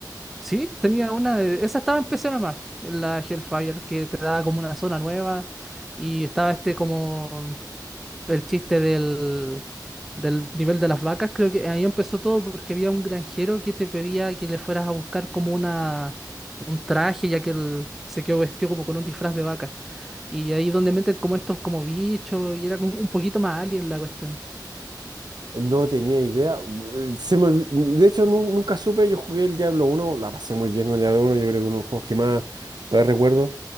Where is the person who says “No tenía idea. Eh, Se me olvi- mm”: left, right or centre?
Right